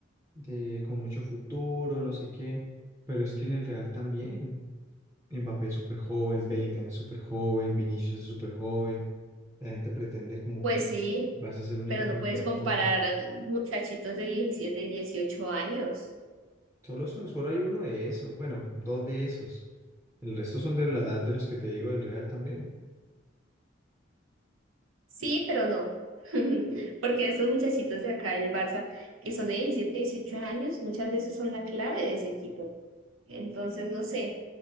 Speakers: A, on the right (about 15°); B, on the right (about 80°).
A: de con mucho futuro, no sé qué, pero es que en el Real también. Mbappé es súper joven, Bellingham es súper joven, Vinicius es súper joven. La gente pretende como
B: Pues
A: que
B: sí,
A: Barça es el único
B: pero no
A: que no
B: puedes
A: es
B: comparar
A: joven.
B: muchachitos de 17 y 18 años.
A: Solo, son- solo hay uno de esos, bueno, dos de esos. El resto son de la edad de los que te digo del Real también.
B: Sí, pero no. <laughs> Porque esos muchachitos de acá del Barça, que son de 17 y 18 años, muchas veces son la clave de ese equipo. Entonces, no sé,